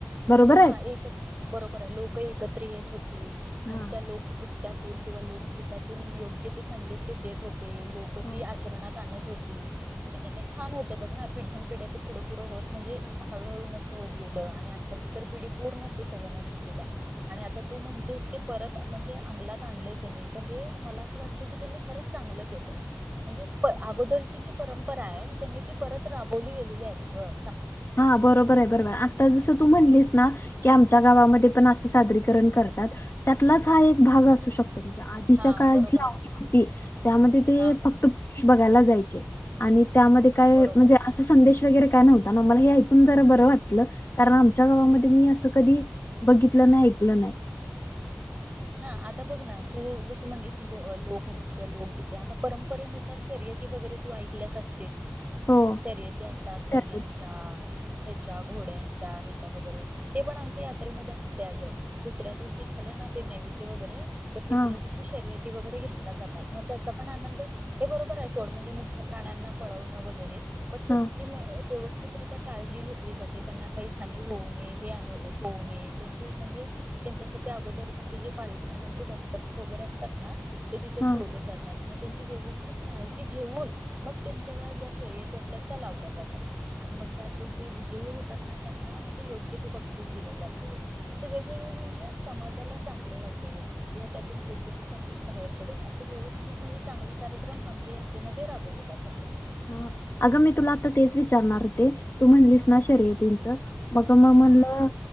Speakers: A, on the left (about 65°); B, on the right (about 35°).
A: बरोबर
B: हा
A: आहे
B: एकच बरोबर आहे लोक एकच हो
A: हा
B: आणि त्या लोकवृत किंवा लोकगीतातून योग्य ते संदेश ते देत होते ते लोक
A: हा
B: ती आचरणात आणत होती. म्हणजे किती छान होत बघ ना पिढ्या पिढ्या ते पुढं पुढं होत म्हणजे हळूहळू नसत होत गेलं आणि आता- इतर पिढी पूर्ण ते सगळं नष्ट केल्या आणि आता तू म्हणतेस ते परत म्हणजे अंमलात आणलय त्यांनी तर हे मला असं वाटतं की त्यांनी खरंच चांगलं केलंय म्हणजे पअगोदरची जी परंपरा आहे त्यांनी ती परत राबवली गेलेली आहे. गर
A: हा बरोबर आहे. बरोबर आता जसं तू म्हणलीस ना, की आमच्या गावामध्ये पण असं सादरीकरण करतात. त्यातलाच हा एक भाग असू शकतो म्हणजे आधीच्या
B: हा
A: काळात
B: बरोबर
A: जी लावणी
B: आहे
A: होती त्यामध्ये ते
B: हा
A: फक्त बघायला जायचे. आणि त्यामध्ये
B: हा
A: काय
B: बरोबर
A: म्हणजे अस संदेश वगैेर काय नव्हतं मला हे ऐकून ज बर वाटलं, कारण आमच्या गावामध्ये मी अस कधी बघितलं नाही, ऐकलं नाही.
B: हा आता बघ ना तू जसं, म्हणलिस लोकनृत्य लोकगीत आता परंपरेनुसार शर्यती वगैरे तू ऐकल्यास असतील.
A: हो
B: शर्यती असतात बहिलांच्या,
A: शर्यती
B: ह्याच्या घोड्यांच्या ह्याच्या वगैरे ते पण आमच्या यात्रेमध्ये असते ग दुसऱ्या दिवशी झालं ना- तेच नैवेद्य वगैरे- तर तिसऱ्या
A: हा
B: दिवशी शर्यत शर्यती वगैरे घेतला जातात, मग त्याचा पण आनंद हे बरोबर आहे. सोड म्हणजे मुठ्या प्राण्यांना पळवणं वगैरे बट त्यांची
A: हा
B: म व्यवस्थित त्याकरिता काळजी घेतली जाते त्यांना काही हानी होऊ नये हे अ होऊ नये त्यांची म्हणजे त्यांच्यासाठी अगोदर हे जे पाळीव प्राण्यांचे डॉक्टर्स वगैरे असतात ना ते तिथे
A: हा
B: ठेवले जातात आणि त्यांची व्यवस्थित काळजी घेऊन, मग त्यांच्या या ज्या शर्यती असतात त्या लावल्या जातात. आणि मग त्यात जे विजयी होतात. ना त्यांना म्हणजे योग्य ते बक्षीस दिले जाते. असे वेगवेगळ म्हणजे समाजाला चांगले वाटेल किंवा त्यातून योग्य त संदेश बाहेर पडेल असे व्यवस्थित म्हणजे चांगले कार्यक्रम आमच्या यात्रेमध्ये राबवले जातात.
A: ह! अगं मी तुला आता तेच विचारणार होते तू म्हणलीस ना शर्यतीचं मग-मग म्हणलं
B: हा.